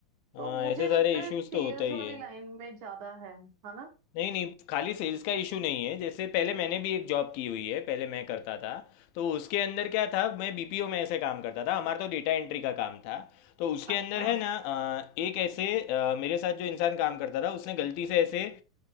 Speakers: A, on the left; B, on the right.
A: हाँ
B: तो मुझे
A: ऐसे
B: लगता
A: सारे इश्यूज
B: है सेल्स
A: तो होते ही
B: वाली
A: है
B: लाइन में ज्यादा है है ना
A: नहीं नहीं खाली सेल्स का इशू नहीं है जैसे पहले मैंने भी एक जॉब की हुई है पहले मैं करता था तो उसके अंदर क्या था मैं बीपीओ में ऐसे काम करता था हमारा तो डेटा एंट्री का काम था तो उसके
B: अच्छा
A: अंदर है ना अ, एक ऐसे अ, मेरे साथ जो इंसान काम करता था उसने गलती से ऐसे अ,